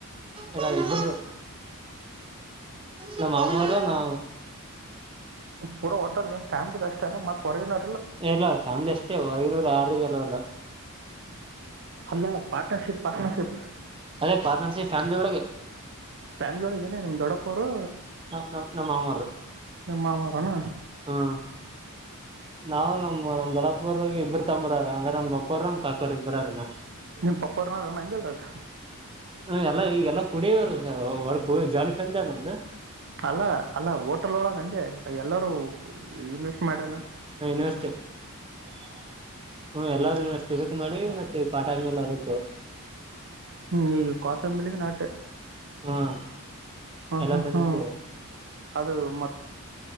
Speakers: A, on the right; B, on the right.
A: ಎಲ್ಲ ಇಬ್ರದು ನಮ್ಮ ಅಮ್ಮಾರ ನಾ
B: ಪೂರಾಟಲ್ ನಿಮ್ ಫ್ಯಾಮಿಲಿ ಅಷ್ಟೇ ಮತ್ ಹೊರಗಿನ
A: ಎಲ್ಲ ಫ್ಯಾಮಿಲಿ ಅಷ್ಟೇ ಹೊರಗಿನೂರು ಯಾರಗ ಅಲ್ಲಲ್ಲ
B: ಅಲ್ಲ ಪಾಟಾ ಶಿಪ್ ಪಾಟ ಶಿಪ್
A: ಅದೇ ಪಾರ್ಟ್ನರ್ಶಿಪ್ ಫ್ಯಾಮಿಲಿ ಒಳಗೆ
B: ಫ್ಯಾಮಿಲಿ ಒಳಗೆನೆ ನಮ್ ದೊಡಪ್ಪ ಅವರು
A: ನ ನಮ್ ನಮ್ಮ ಮಾಮರು
B: ನಿಮ್ಮ ಮಾಮರನ
A: ಹ್ಮ ನಾವು ನಮ್ ನಮ್ ದೊಡಪಾವ್ರಿಗೆ ಇಬ್ಬರು ತಮ್ಮರ ಅದ್ರ ನಮ್ ಕೊರ್ರಮ್ ಕಾಕೋರ್ ಇಬ್ಬರಾರಿನ
B: ನಿಮ್ <unintelligible> ಪಪ್ಪ ಅವ್ರನಾರ ಹೆಂಗಗೆದ್ರಗ
A: ಹ ಎಲ್ಲಾ ಈಗಲ್ಲಾ ಕುಡಿಯವರು <unintelligible> ಒ ಜಿ ಫೆಂಮ್ದ
B: ಅಲ್ಲ ಅಲ್ಲ ಹೋಟಲ್ ಒಳಗ ಅಂದೆ ಎಲ್ಲರೂ ಇನ್ವೆಸ್ಟ್ ಮಾಡ್ರಿ ನಾ
A: ಅ ಇನ್ವೆಸ್ಟ್ ಹ್ಮ <unintelligible> ಎಲ್ಲಾರೂಷ್ಟ ಇಜಕ್ ಮಾಡಿ ಮತ್ತೆ ಕಾಟ ಆದ್ಮೇಲೆ ಅದಕ್
B: ಹ್ಮ್ ಈಗ ಕಾಟನ್ ಮೇಲೆಗೆ ನಾಟೆ
A: ಹ್ಮ್
B: ಹ್ಮ್
A: ಎಲ್ಲ
B: ಹ್ಮ್
A: ಅಂದ್ರೆ
B: ಹ್ಮ್ ಅದು ಮತ್